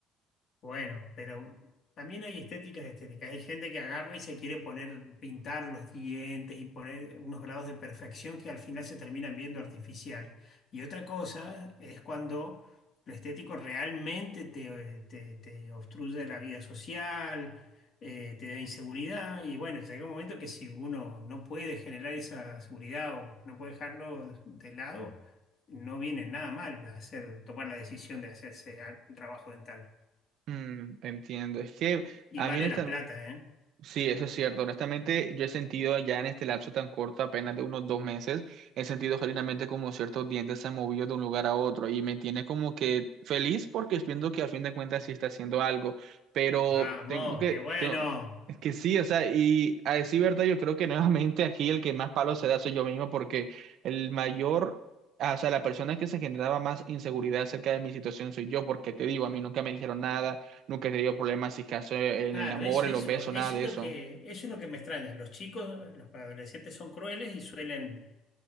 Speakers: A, on the left; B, on the right.
A: Bueno, pero también hay estéticas de estéticas. Hay gente que agarra y se quiere poner, pintar los dientes y poner unos grados de perfección que al final se terminan viendo artificial. Y otra cosa es cuando lo estético realmente te, eh, te- te obstruye la vida social, eh, te da inseguridad. Y bueno, llega un momento que si uno no puede generar esa seguridad o no puede dejarlo de lado, no viene nada mal hacer, tomar la decisión de hacerse un trabajo dental.
B: Mm, te entiendo. Es que
A: Y
B: a
A: vale
B: mí, honestamente,
A: la plata, ¿eh?
B: sí, eso es cierto. Honestamente, yo he sentido ya en este lapso tan corto, apenas de unos dos meses, he sentido genuinamente como ciertos dientes se han movido de un lugar a otro y me tiene como que feliz porque viendo que a fin de cuentas sí está haciendo algo. Pero
A: Vamos,
B: tengo que,
A: qué bueno.
B: tengo- es que sí, o sea, y a decir verdad, yo creo que nuevamente aquí el que más palo se da soy yo mismo porque el mayor. ah, O sea, la persona que se generaba más inseguridad acerca de mi situación soy yo, porque te digo, a mí nunca me dijeron nada, nunca he tenido problemas, si caso en
A: Claro,
B: el amor,
A: eso,
B: en
A: eso,
B: los besos,
A: eso
B: nada de
A: es lo
B: eso.
A: que, eso es lo que me extraña. Los chicos, los adolescentes son crueles y suelen